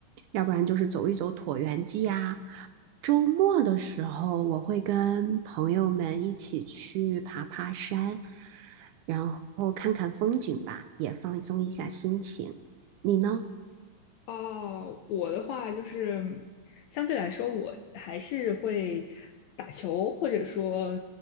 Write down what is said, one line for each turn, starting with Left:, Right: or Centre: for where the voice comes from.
Right: 要不然就是走一走椭圆机呀。周末的时候，我会跟朋友们一起去爬爬山，然后看看风景吧，也放松一下心情。你呢？
Left: 哦，我的话就是相对来说，我还是会打球，或者说